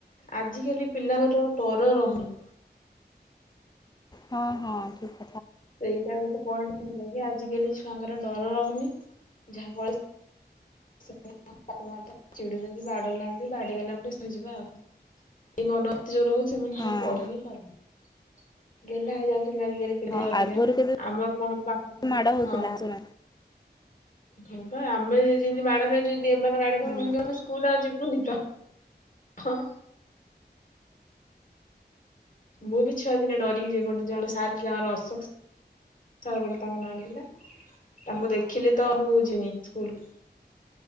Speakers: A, on the left; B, on the left.
A: ଆଜିକାଲି ପିଲାଙ୍କର ଡର ରହୁନି।
B: ହଁ ହଁ ଠିକ।
A: ସେଇଟା ଗୋଟେ ପଏଣ୍ଟ ହେଲା କି ଆଜିକାଲି ଛୁଆଙ୍କର ଡର ରହୁନି, ଯାହାଫଳ ସେପ <inaudible> ଚିଡୁଛନ୍ତି ବାଡଉନାହାନ୍ତି ବାଡେଇ ଦେଲେ ଆମେ ଟିକେ ଶହିଯିବା ଆଉ। ଏଇ ମନୋବୃତି ଯୋଉ ରହୁଛି ମାନେ
B: ହଁ।
A: ଆଉ ପଢି ବିି ପାରୁନି ଗେହ୍ଲା ହେଇଯାଉଛନ୍ତି ଆଜିକାଲି। ଏଠି
B: ହଁ
A: ଅଧିକା
B: ଆଗରୁ
A: ନା
B: କେତେ
A: ଆମର କଣ ପାଠପଢା
B: ମାଡ଼
A: ହବ
B: ହଉଥିଲା
A: ହଁ।
B: ଶୁଣ
A: ହଁପା ଆମେ ଯେନ୍ତି ମାଡ ଖାଇଚୁ ଯଦି ଏମାନେ ମାଡ ଖାଇବେଏମାନେ
B: ହୁଁ
A: କହିବେ ଆମେ ସ୍କୁଲ ଆଉ ଯିବୁନି ତ। ହଁ। ମୁଁ ବି ଛୁଆ ଦିନେ ଡରିକିଯାଏ ଗୋଟେ ଜଣେ ସାର୍ ଥିଲେ ଆମର ଅଶୋକ ଥରେ ବୋଲି ତାଙ୍କ ନାଟି ଥିଲା। ତାଙ୍କୁ ଦେଖିଲେ ତ ମୁଁ ଜିମିନି ସ୍କୁଲ।